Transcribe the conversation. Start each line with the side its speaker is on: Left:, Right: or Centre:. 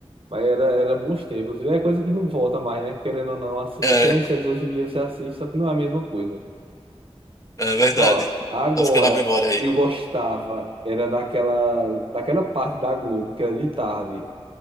Right: Mas era, era bons tempos. E é coisa que não volta mais, né? Querendo ou não, assim.
Left: É,
Right: E tem as séries hoje em dia, você assiste, só que não é a mesma coisa.
Left: é verdade.
Right: Só, agora,
Left: Tá ficando na memória aí.
Right: eu gostava, era daquela, daquela parte da Globo, que era de tarde.